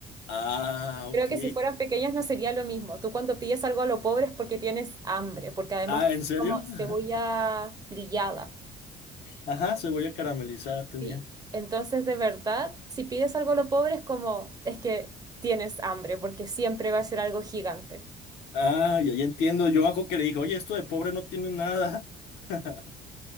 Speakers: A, on the left; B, on the right.
A: Ah, ok.
B: Creo que si fueran pequeñas no sería lo mismo. Tú cuando pides algo a lo pobre es porque tienes hambre, porque además
A: Ah,
B: tiene
A: ¿en serio?
B: como
A: <laughs>
B: cebolla grillada.
A: Ajá, cebolla caramelizada tenía.
B: Sí. Entonces, de verdad, si pides algo a lo pobre es como, es que tienes hambre, porque siempre va a ser algo gigante.
A: Ah, ya, ya entiendo. Yo me acuerdo que le dije, oye, esto de pobre no tiene nada, <laughs>